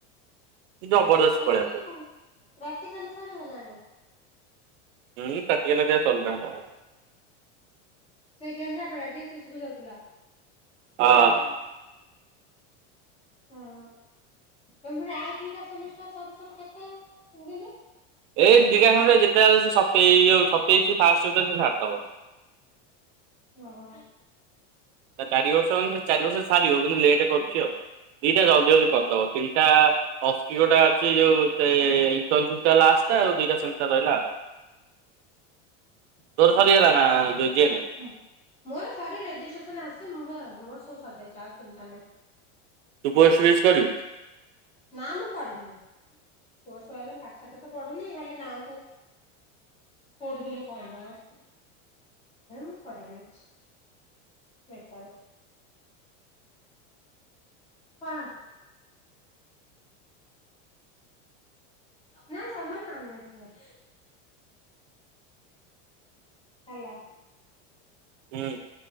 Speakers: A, on the right (about 70°); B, on the left (about 15°).
A: କି ଜବରଦସ୍ତି
B: ତମର
A: ପଳେଇ
B: ସବୁ
A: <unintelligible>
B: ପ୍ରାକ୍ଟିକାଲ ସରି ଗଲାଣି?
A: ହୁଁ ପ୍ରାକ୍ଟିକାଲ ହେରିକା ସରିଲାଣି।
B: ସେଇ କେନ୍ଦ୍ରାପଡ଼ା ଡି <unintelligible> କୁ ଯାଉଥିଲା।
A: ହଁ।
B: ହଁ ତମେ ପୁଣି ଆଉ ଦିଟା ସେମିଷ୍ଟାର ସରୁ ସରୁ କେତେଦିନି?
A: ଏଇ <unintelligible> ଯେତେବେଳେ ସେ ସତେଇ ସତେଇଶି ଫାଷ୍ଟ ଭିତରେ ସେ ସାରିଦବ।
B: ଓ ହ।
A: ଚାରିବର୍ଷ ମାନେ ଚାରିବର୍ଷ ସାରିବ କିନ୍ତୁ ଲେଟ୍ କରୁଛି ଆଉ। ଦିଟା ଜଲ୍ଦି ଜଲ୍ଦି
B: ହୁଁ
A: କରିଦେବ ତିନିଟା ଅସ୍କିିକୋଟା ଅଛି ଯୋଉ ସେ <unintelligible> ଆଉ ଦିଟା ସେମିଷ୍ଟାର୍ ରହିଲା।
B: <inaudible>
A: ତୋର
B: ହଁ
A: ସରିଗଲା ନା ଯୋଉ ଜେ ଏନ୍
B: ହଁ ମୋର ସରି ରେଜିଷ୍ଟ୍ରେ ନା ଆସି ମୁଁ ବା ମୋର ସବୁ ସରିଯାଇଛି ଆଉ ଚିନ୍ତା ନାହିଁ।
A: ତୁ <unintelligible> କରିବୁ।
B: ନା ମୁଁ କରିବିନି ପୋଷ୍ଟ <unintelligible> ପାଠ ସାଠ ତ ପଡୁ଼ନି ଖାଲି ନା କୁ ପଢିଦେଲେ କଣ <unintelligible> ହେ ମୁଁ କରିବିନି ବେକାର। କଣ? ନା ଜମା ନ ନେ ସେ। ହେଲା।
A: ହୁଁ।